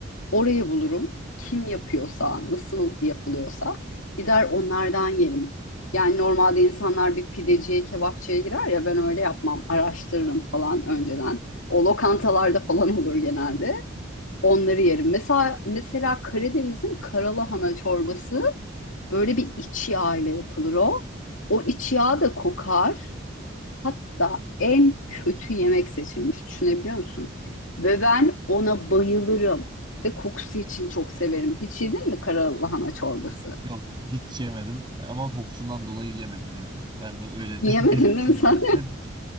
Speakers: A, on the left; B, on the right.
A: Orayı bulurum. Kim yapıyorsa, nasıl yapılıyorsa gider onlardan yerim. Yani normalde insanlar bir pideciye, kebapçıya girer ya ben öyle yapmam. Araştırırım falan önceden. O lokantalarda falan olur genelde. Onları yerim. Mesela mesela Karadeniz'in karalahana çorbası böyle bir iç yağ ile yapılır o. O iç yağ da kokar. Hatta en kötü yemek seçilmiş. Düşünebiliyor musun? Ve ben ona bayılırım. Ve kokusu için çok severim. Hiç yedin mi kara lahana çorbası?
B: Yok hiç yemedim ama kokusundan dolayı yemedim yani. Ben de öyle
A: Yemedin
B: <laughs> belirteyim
A: değil mi sen?
B: yani dedim.